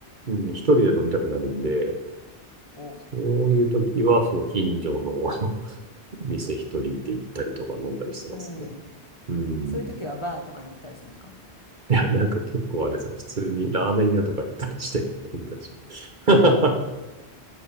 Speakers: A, on the right; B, on the left.
A: うん、一人で飲みたくなるんで、
B: お、
A: そういう時は、その近所の <laughs> あの店一人で行ったりとか飲んだりしてますね。
B: うん。
A: うん。
B: そういう時はバーとかに行ったりするんですか
A: いや、なんか結構あれですよ。普通にラーメン屋とか行ったりして飲んだりします。<laughs>